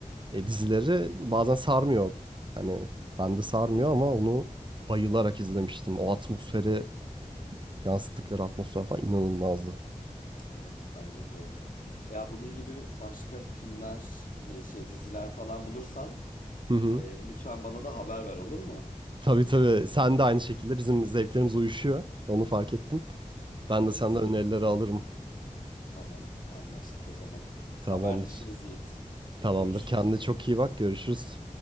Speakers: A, on the right (about 35°); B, on the left (about 80°).
A: e, dizileri bazen sarmıyor. Hani ben de sarmıyor
B: Hı hı.
A: ama onu bayılarak izlemiştim. O atmosferi yansıttıkları atmosfer falan inanılmazdı.
B: Evet bence de öyle. Ya bunun gibi başka filmler, e, şey diziler falan bulursan
A: Hı hı.
B: e, lütfen bana da haber ver olur mu?
A: Tabii tabii sen de aynı şekilde bizim zevklerimiz uyuşuyor. Onu fark ettim. Ben
B: Evet.
A: de senden önerileri alırım.
B: Tamam. Anlaştık o zaman.
A: Tamamdır.
B: Haberleşiriz Yiğit.
A: Tamamdır.
B: Görüşürüz.
A: Kendine çok iyi bak. Görüşürüz.